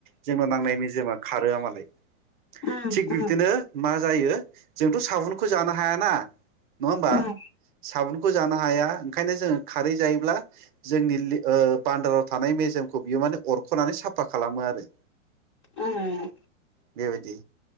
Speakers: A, on the right; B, on the left.
A: जोंना नांनाय मेजेमा खारोआ मालाय
B: उम
A: थिग
B: उम
A: बिब्दिनो मा जायो जोंथ' साबुनखौ जानो हायाना नङा होमबा
B: उम
A: साबुन खौ जानो हाया ओंखायनो जोङो खारै जायोब्ला जोंनि लि ओ बान्दाराव थानाय मेजेमखौ बियो माने अरख'नानै साफा खालामो आरो
B: उम
A: बेबायदि